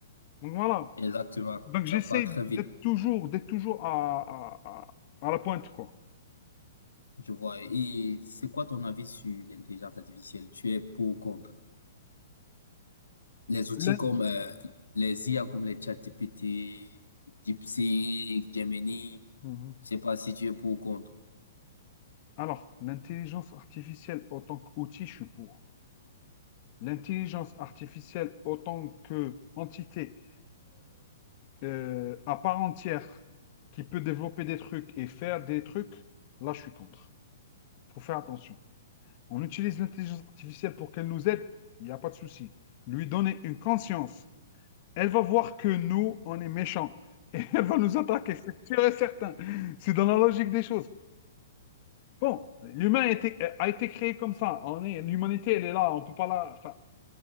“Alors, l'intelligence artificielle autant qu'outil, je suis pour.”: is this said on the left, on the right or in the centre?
Left